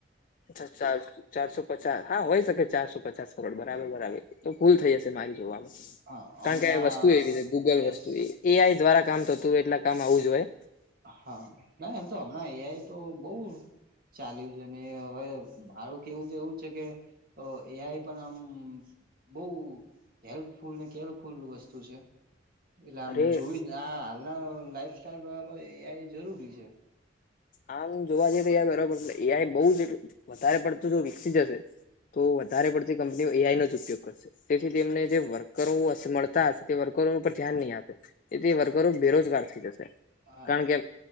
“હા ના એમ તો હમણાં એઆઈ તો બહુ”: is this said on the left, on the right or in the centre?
Right